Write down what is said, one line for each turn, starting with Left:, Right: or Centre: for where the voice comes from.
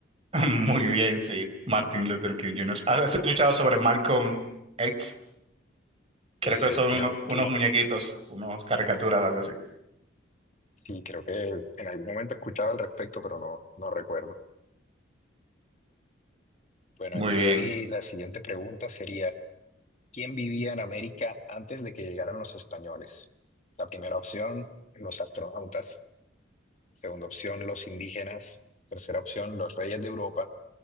Right: Muy bien, sí. Martin Luther King Jr. ¿Has escuchado sobre Malcolm X? Creo
Left: Eh,
Right: que son
Left: creo
Right: uno- unos
Left: que
Right: muñequitos, unos caricaturas, algo así.
Left: Sí, creo que en algún momento he escuchado al respecto, pero no, no recuerdo. Bueno,
Right: Muy
Left: aquí
Right: bien.
Left: la siguiente pregunta sería, ¿quién vivía en América antes de que llegaran los españoles? La primera opción, los astronautas. Segunda opción, los indígenas. Tercera opción, los reyes de Europa.